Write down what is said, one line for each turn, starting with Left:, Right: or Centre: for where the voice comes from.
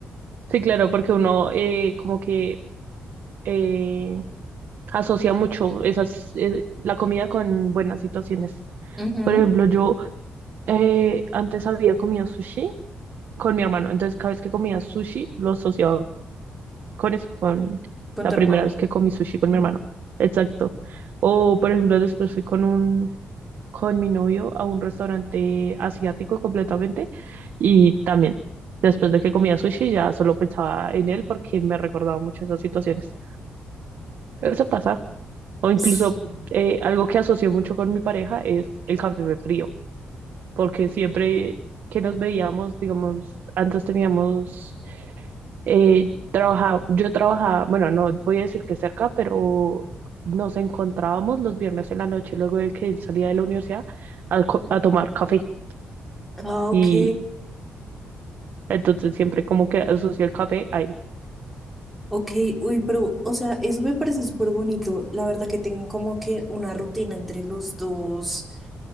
Right: Sí, claro, porque uno eh, como que eh, asocia mucho esas, eh, la comida con buenas situaciones.
Centre: Ujú,
Right: Por ejemplo, yo eh, antes había comido sushi con mi hermano, entonces cada vez que comía sushi lo asociaba con eso, con
Centre: Con
Right: la
Centre: tu hermano.
Right: primera vez que comí sushi con mi hermano. Exacto. O por ejemplo, después fui con un con mi novio a un restaurante asiático completamente y también después de que comía sushi ya solo pensaba en él porque me recordaba mucho esas situaciones. Eso pasa. O incluso
Centre: Sí.
Right: eh, algo que asocio mucho con mi pareja es el café frío. porque siempre que nos veíamos, digamos, antes teníamos, eh, trabaja- yo trabajaba, bueno, no voy a decir que cerca, pero nos encontrábamos los viernes en la noche luego de que él salía de la universidad a, co- a tomar café
Centre: Ah, ok,
Right: y entonces siempre como que asocio el café a él.
Centre: ok, uy, pero, o sea, eso me parece súper bonito, la verdad que tengan como que una rutina entre los dos,